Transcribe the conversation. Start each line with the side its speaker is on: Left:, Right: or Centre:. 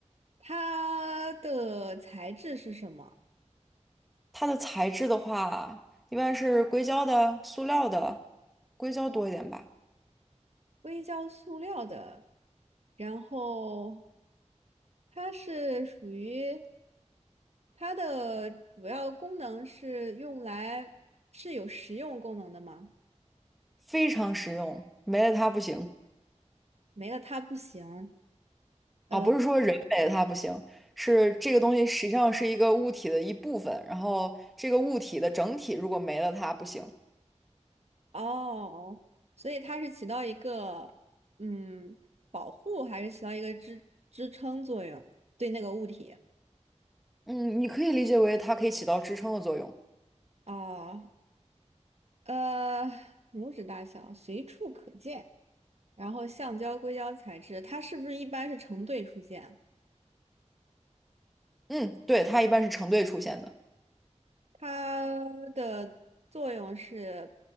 Right: 它的材质是什么？
Centre: 它的材质的话，一般是硅胶的、塑料的，硅胶多一点吧。
Right: 硅胶塑料的，然后它是属于它的主要功能是用来是有实用功能的吗？
Centre: 非常实用，没了它不行
Right: 没了它不行。呃，
Centre: 啊！不是说人没了它不行，是这个东西实际上是一个物体的一部分，然后这个物体的整体如果没了它不行。
Right: 哦，所以它是起到一个嗯保护，还是起到一个支支撑作用？对那个物体
Centre: 嗯，你可以理解为它可以起到支撑的作用。
Right: 啊？呃，拇指大小，随处可见。然后橡胶、硅胶材质，它是不是一般是成对出现？
Centre: 嗯，对，它一般是成对出现的，
Right: 它的作用是